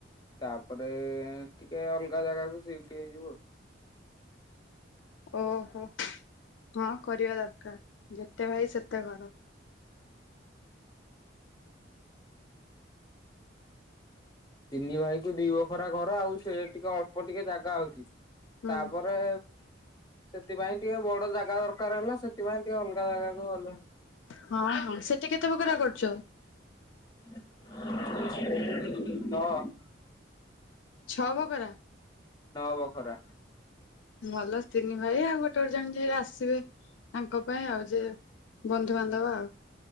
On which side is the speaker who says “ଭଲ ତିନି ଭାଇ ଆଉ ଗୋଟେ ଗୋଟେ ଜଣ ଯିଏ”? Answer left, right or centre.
Left